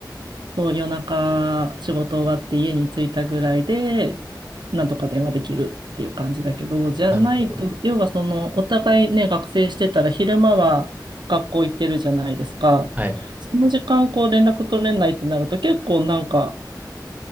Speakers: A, on the right (about 80°); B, on the right (about 20°).
A: そう夜中仕事終わって家に着いたぐらいで、なんとか電話できるっていう感じだけど、じゃないと、
B: なるほど。
A: 要はその、お互いね、学生してたら昼間は学校行ってるじゃないですか。
B: はい。
A: その時間こう連絡取れないってなると結構なんか